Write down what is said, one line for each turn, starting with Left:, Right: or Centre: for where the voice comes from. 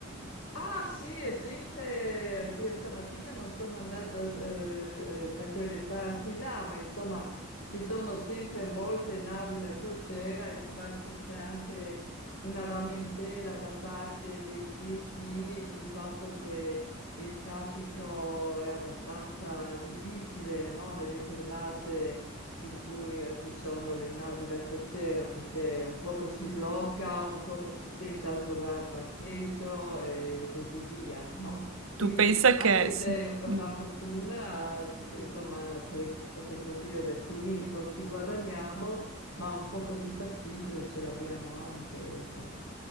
Left: Ah sì, è sempre, oddio, stamattina non sono andata eh, da quelle parti là, ma insomma ci sono sempre molte navi da crociera e difatti c'è anche una lamentela da parte dei triestini sul fatto che il traffico è abbastanza difficile, no? Nelle giornate in cui eh, ci sono le navi da crociera perché un poco si blocca, un poco si stenta a trovare parcheggio e così via, no? Quindi
Right: Tu pensa
Left: anche
Right: che...
Left: se
Right: Sì.
Left: è una
Right: Mm.
Left: fortuna, eh, perché insomma per il- sotto il profilo del turismo ci guadagniamo, ma un poco di fastidio ce l'abbiamo anche, ecco.